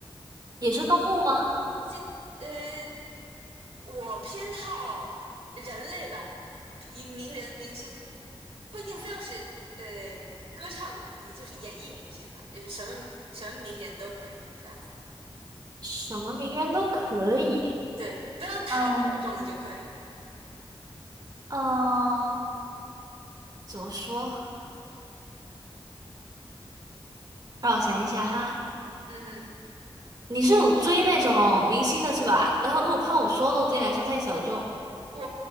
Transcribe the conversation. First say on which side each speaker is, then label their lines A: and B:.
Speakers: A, on the right; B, on the right.
A: 也是动物吗？
B: 其呃。我偏好人类吧，一名人明星不一定非要是呃歌唱，就是演艺明星了，就是什么什么名人都可以这样子。
A: 什么名人都可以。
B: 对，不要太小众的就可以。
A: 嗯嗯，怎么说？让我想一下哈。
B: 嗯哼，
A: 你是有追那种明星的是吧？然后我怕我说的我对你来说太小众。
B: 我